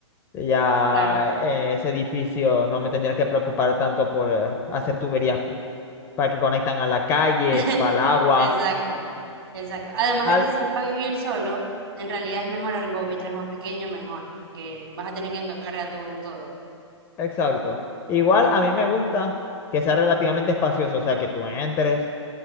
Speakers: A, on the left; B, on the right.
A: Ya
B: claro.
A: en ese edificio no me tendría que preocupar tanto por eh, hacer tuberías para que conectan a la calle,
B: <laughs>
A: para el agua,
B: Exacto. Exacto. Además
A: tal.
B: de que si es para vivir solo, en realidad es mejor algo, mientras más pequeño, mejor, porque vas a tener que encargarte vos de todo.
A: Exacto. Igual a mí me gusta que sea relativamente espacioso, o sea, que tú entres,